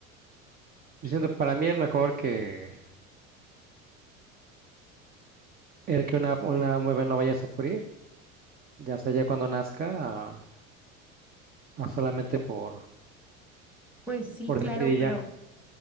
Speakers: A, on the right; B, in the centre.
A: Yo siento que para mí es mejor que el que una, una mueve no vaya a sufrir, ya sea ya cuando nazca, a, a solamente por,
B: Pues sí,
A: por
B: claro,
A: Ujú. decir y
B: pero,
A: ya.